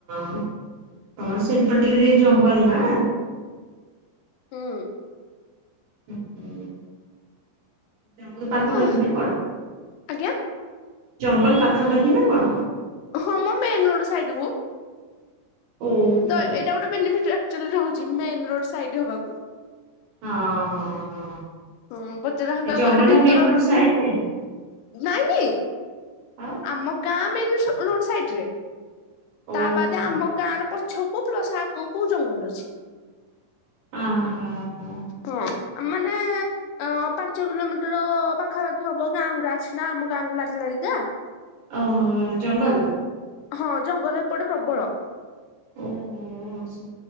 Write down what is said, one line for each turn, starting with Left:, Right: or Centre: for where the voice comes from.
Right: ତମର ସେପଟେ ଟିକେ ଟିକେ ଜଙ୍ଗଲ ନା।
Left: ହୁଁ।
Right: ଉଁ ହୁଁ। ଜଙ୍ଗଲ ପାଖାପାଖି
Left: ହୁଁ
Right: ନା କଣ
Left: ଆଜ୍ଞା
Right: ଜଙ୍ଗଲ ପାଖାପାଖି ନା କଣ।
Left: ହଁ ମ ମେନ୍ ରୋଡ ସାଇଡ କୁ।
Right: ଓହୋ
Left: ତ ଏଇଟା ଗୋଟେ ବେନିଫିଟ ଆକ୍ଚୁଆଲି ରହୁଛି ମେନ ରୋଡ ସାଇଡ ହବାକୁ।
Right: ହଁ ହଁ ହଁ।
Left: ହଁ ବଜରା ହକା
Right: ଏ ଜଙ୍ଗଲ
Left: କୁଆଡ ଭିତର
Right: ଟା ମେନ ରୋଡ ସାଇଡରେ?
Left: ନାଇଁ ନାଇଁ।
Right: ଆଉ
Left: ଆମ ଗାଁ ମେନ ସ ରୋଡ ସାଇଟି ରେ
Right: ଓହୋ
Left: ତା ବାଦେ ଆମ ଗାଁ ର ପଛ କୁ ପ୍ଲସ ଆଗକୁ ଜଙ୍ଗଲରେ ଅଛି।
Right: ଅ ହଁ ହଁ
Left: ହଁ ମାନେ ଅ ପାଞ୍ଚ କିଲୋମିଟର ପାଖାପାଖି ହବ ଗାଁ ଗୁଡ଼ା ଅଛି ନା ଆମ ଗାଁକୁୁ ଲାଗିଲାଗିକା।
Right: ଅ ହ ଜଙ୍ଗଲ।
Left: ହଁ ଜଙ୍ଗଲ ଏପଟେ ପ୍ରବଳ।
Right: ଓହୋ ସେ